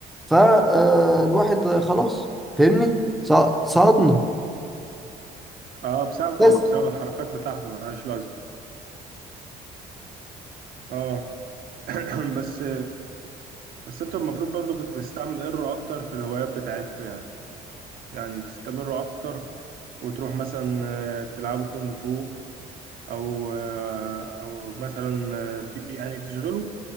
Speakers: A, in the centre; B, on the right.
A: فالواحد خلاص فاهمني سق- سقطنا
B: اه بسببه
A: بس
B: بسبب الحركات بتاعته ملهاش لازمه اه <clears throat> بس بس انتوا المفروض برضو كنتوا تستمروا اكتر في الهوايات بتاعتكم يعني يعني تستمروا اكتر وتروح مثلا آه، تلعبوا كونغ فو او آه، او مثلا آه، في يعني تشغلوا